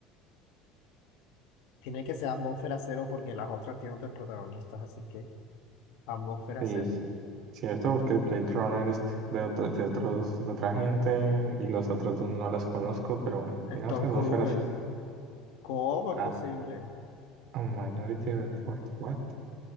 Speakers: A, on the left (about 65°); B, on the right (about 40°).
A: Tiene que ser Atmósfera Cero porque las otras tienen otros protagonistas, así que Atmósfera
B: Sí,
A: Cero.
B: sí, cierto, porque el Blade Runner es de otro- de otros, de otra gente y los otros dos no las conozco, pero bueno,
A: Es
B: digamos
A: Tom
B: que Atmósfera
A: Cruise,
B: Cero.
A: el... ¿Cómo es
B: Ah,
A: posible?
B: Minority Report, what?